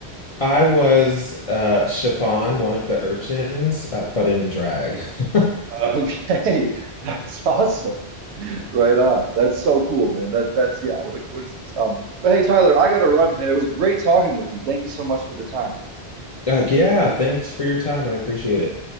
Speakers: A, on the left; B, on the right.
A: I was uh Chiffon, one of the urchins, uh, but in drag. <laughs>
B: Okay, <laughs> that's awesome. Right on. That's so cool, man. That that's yeah, what a coincidence. Um, but hey, Tyler, I gotta run, man. It was great talking with you. Thank you so much for the time.
A: Like, yeah, thanks for your time. I appreciate it.